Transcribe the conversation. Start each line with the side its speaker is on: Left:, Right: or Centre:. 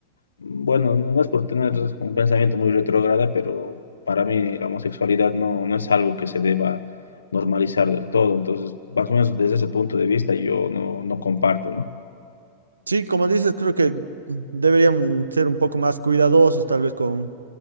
Left: bueno, no no es por tener un pensamiento muy retrógrada, pero para mí la homosexualidad no, no es algo que se deba normalizar del todo. Entonces, más o menos desde ese punto de vista yo no, no comparto, ¿no?
Right: Sí, como dices, creo que deberían ser un poco más cuidadosos tal vez con,